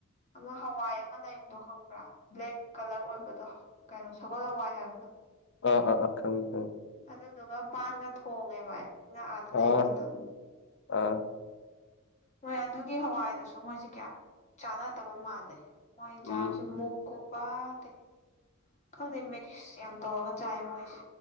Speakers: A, on the left; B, on the left.
A: ꯑꯃ ꯍꯋꯥꯏ ꯑꯃ ꯂꯩꯕꯗꯣ ꯈꯪꯕ꯭ꯔꯥ ꯕ꯭ꯂꯦꯛ ꯀꯂꯔ ꯑꯣꯏꯕꯗꯣ ꯀꯩꯅꯣ ꯁꯒꯣꯜ ꯍꯋꯥꯏ ꯍꯥꯏꯕꯗꯣ
B: ꯑ ꯑ ꯑ ꯈꯪꯉꯦ
A: ꯑꯗꯨꯗꯨꯒ ꯄꯥꯟꯒ ꯊꯣꯡꯉꯦꯕ ꯑꯩꯅ ꯑꯥꯗ ꯂꯩꯕ
B: ꯑꯥ
A: ꯃꯇꯝꯗ
B: ꯑꯥ
A: ꯃꯣꯏ ꯑꯗꯨꯒꯤ ꯍꯋꯥꯏꯗꯨꯁꯨ ꯃꯣꯏꯁꯦ ꯀꯌꯥꯝ ꯆꯥꯟꯅꯗꯕ ꯃꯥꯜꯂꯦ ꯃꯣꯏꯅꯥ
B: ꯎꯝ
A: ꯆꯥꯕꯁꯦ ꯃꯨꯛ ꯀꯨꯝꯕ ꯑꯗꯒꯤꯗꯤ ꯈꯪꯗꯦ ꯃꯤꯛꯁ ꯌꯥꯝ ꯇꯧꯔꯒ ꯆꯥꯏ ꯃꯣꯏꯁꯦ